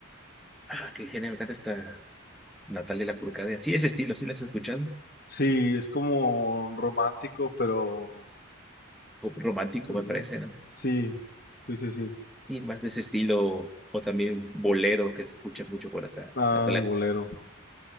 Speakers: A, in the centre; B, on the left.
A: ah, ¿qué género canta esta Natalia Lafourcade? Así ese estilo, ¿sí la has escuchado?
B: Sí, es como romántico, pero
A: Como Romántico
B: mm,
A: me parece, ¿no?
B: sí, sí, sí, sí.
A: Sí, más de ese estilo, o también bolero que se escucha mucho por acá,
B: Ah,
A: hasta la
B: el bolero.